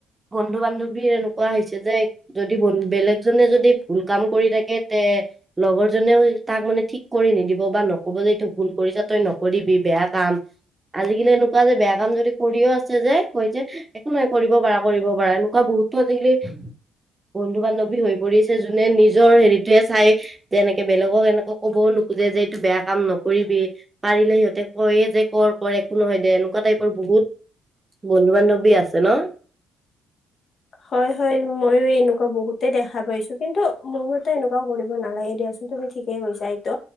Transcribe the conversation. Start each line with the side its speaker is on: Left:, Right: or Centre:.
Right: বন্ধু বান্ধৱীৰ এনেকুৱা হৈছে যে যদি বনু বেলেগজনে যদি ভুল কাম কৰি থাকে তে লগৰ জনেও তাক মানে ঠিক কৰি নিদিব বা নকব যে ত ভুল কৰিছা তই নকৰিবি বেয়া কাম আজিকালি এনেকুৱা যে বেয়া কাম যদি কৰিও আছে যে কৈ যে একো নহাই কৰিব পাৰা কৰিব পাৰা এনেকুৱা বহুতো আজিকালি বন্ধু বান্ধৱী হৈ পৰিছে যোনে নিজৰ হেৰিটোৱে চাই যে এনেকে বেলেগক এনেকে ক'বও নোখোজে যে এইটো বেয়া কাম নকৰিবি পাৰিলে সিহঁতে কয়ে যে কৰ কৰ একো নহয় দে এনেকুৱা টাইপৰ বহুত বন্ধু বান্ধৱী আছে ন!
Left: হয় হয় মইয়ো এনেকুৱা বহুতে দেখা পাইছো কিন্তু মোৰ মতে এনেকুৱা কৰিব নালাগে দিয়াচোন। তুমি ঠিকেই কৈছা এইতো